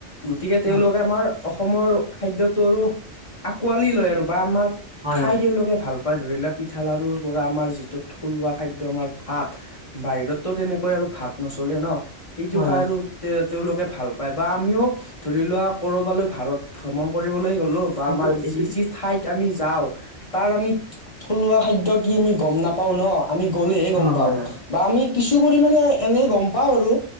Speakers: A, on the left; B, on the right.
A: গতিকে তেওঁলোকে
B: হয়
A: আমাৰ অসমৰ খাদ্যটোৰ- কোৱালি লয় আৰু বা আমাৰ
B: হয়
A: খাই
B: হয়
A: তেওঁলোকে ভাল পা- ধৰিলো পিঠা লাৰু পৰা আমাৰ যিটো থলুৱা খাদ্য আমাৰ ভাত। বাহিৰতো তেনেকৈ আৰু ভাত নচলে ন সেইটো
B: হয়
A: খাই
B: হয়
A: আৰু- তে তেওঁলোকে ভাল পায় বা আমিও ধৰি লোৱা কৰবালৈ ভাৰত ভ্ৰমণ কৰিবলৈ গ'লো। বা
B: এইটো
A: আমাৰ
B: এই।
A: যি যি ঠাইত আমি যাওঁ তাৰ আমি থলুৱা খাদ্য কি আমি গম নাপাওঁ ন। আমি গ'লেহে
B: অ
A: গম পাম
B: হয় হয়
A: বা আমি কিছু পৰিমমানে এনে গম পাওঁ আৰু।